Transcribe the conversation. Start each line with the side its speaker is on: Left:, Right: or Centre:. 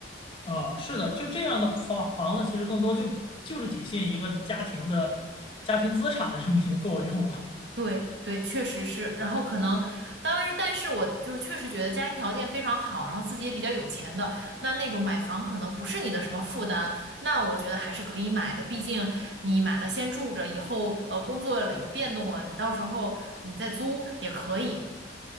Left: 啊、是的，就这样的房房子其实更多就就是体现一个家庭的家庭资产的这么一个作用了。
Right: 对对，确实是。然后可能，当然是，但是我就是确实觉得家庭条件非常好，然后自己也比较有钱的，那那种买房可能不是你的什么负担，那我觉得还是可以买的。毕竟你买了先住着，以后呃工作了有变动了，你到时候你再租也可以。